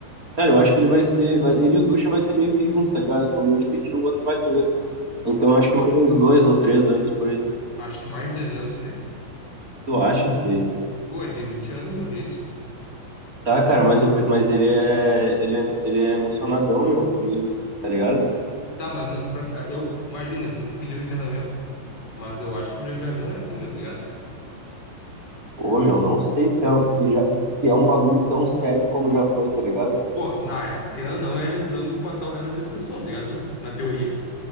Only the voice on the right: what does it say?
Cara, eu acho que ele vai ser. vai- ele e o Ducha vai ser meio que junto, tá ligado? Quando um pedir, o outro vai também. Então acho que mais uns dois ou três anos por aí.
Tu acha, filho?
Tá, cara, mas, o, pe- mas ele é, ele é, ele é emocionadão, meu, pra mim, tá ligado?
Pô, meu, não sei se é, o- se já, se é um bagulho tão sério como já foi, tá ligado?